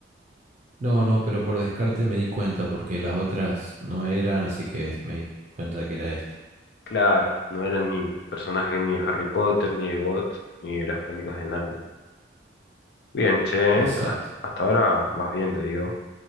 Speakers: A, on the right (about 35°); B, on the left (about 60°).
A: No, no, pero por descarte me di cuenta porque las otras no eran, así que me di cuenta que era esta.
B: claro, no eran ni personajes ni de Harry Potter, ni de God, ni de Las Crónicas de Narnia. Bien, che,
A: Exacto.
B: hasta, hasta ahora vas bien, te digo.